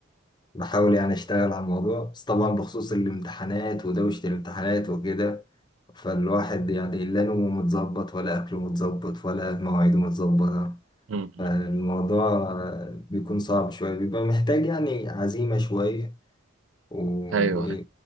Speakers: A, on the left (about 20°); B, on the right (about 80°).
A: بحاول يعني أشتغل على الموضوع بس طبعا بخصوص الامتحانات ودوشة الامتحانات وكده فالواحد يعني لا نومه متظبط ولا أكله متظبط ولا مواعيده متظبطة
B: مم.
A: الموضوع بيكون صعب شوية بيبقى محتاج يعني عزيمة شوية و
B: أيوه أيوه